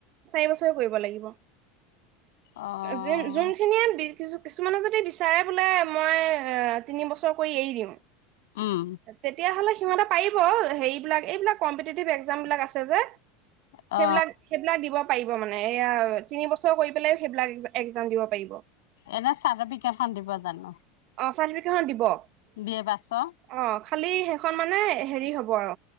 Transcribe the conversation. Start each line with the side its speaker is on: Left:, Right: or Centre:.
Right: চাৰি বছৰে কৰিব লাগিব উ
Left: অ',
Right: যে যোনখিনিয়ে কিছু কিছুমানে যদি বিচাৰে বোলে মই তিন বছৰ কৰি এৰি দিম
Left: উম,
Right: তেতিয়া হ'লে সিহতে পাৰিব হেৰিবলাক এইবিলাক কম্পিতিটিভ একজাম বিলাক আছে যে
Left: অ
Right: সেইবিলাক সেইবিলাক দিব পাৰিব মানে এয়া তিন বছৰ কৰি পেলাই সেইবিলাক এক্সাম দিব পাৰিব
Left: এনে চাভাবিক এখন দিব জানো
Right: অঁ চাৰ্টিফিকেটইখন দিব অ
Left: বি এ পাছৰ?
Right: খালি শেষ খন মানে হেৰি হ'ব আৰু